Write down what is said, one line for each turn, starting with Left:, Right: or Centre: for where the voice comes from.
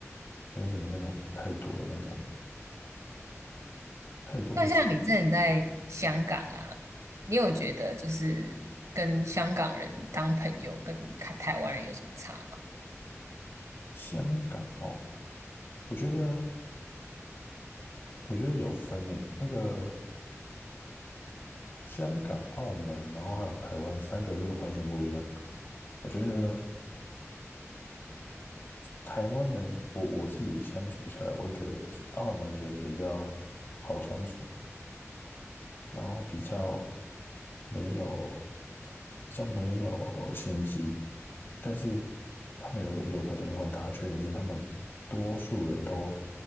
Left: 没有什么那种太多的那种太多的钱。
Right: 那像你之前在香港啊，你有觉得就是跟香港人当朋友跟台台湾人有什么差吗？
Left: 香港哦，我觉得我觉得有分诶，那个香港、澳门，然后还有台湾三个是完全不一样。我觉得台湾人，我我自己相处下来，我会觉得是澳门人比较好相处，然后比较。没有，像没有心机，但是他们有有的人有很大的缺点是，他们多数人都